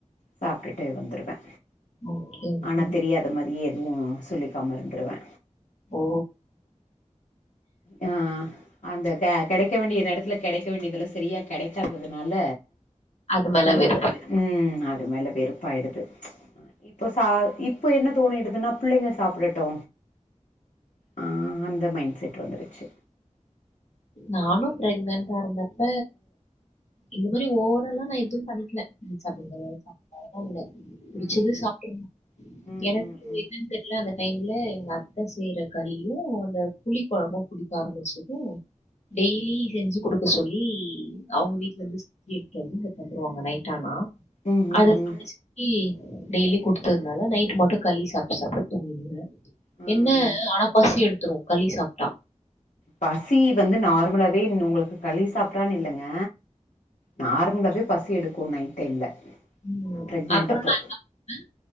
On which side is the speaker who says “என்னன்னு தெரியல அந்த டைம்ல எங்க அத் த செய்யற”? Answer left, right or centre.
Left